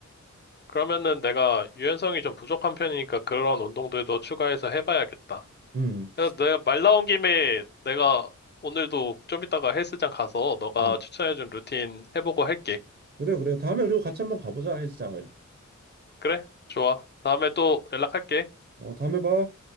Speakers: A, on the left; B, on the right.
A: 그러면은 내가 유연성이 좀 부족한 편이니까 그런 운동들도 추가해서 해봐야겠다.
B: 음,
A: 야, 내가 말 나온 김에 내가 오늘도 좀 이따가 헬스장 가서 너가
B: 음.
A: 추천해준 루틴 해보고 할게.
B: 그래, 그래. 다음에 그리고 같이 한번 가보자, 헬스장을.
A: 그래? 좋아. 다음에 또 연락할게.
B: 어, 다음에 봐.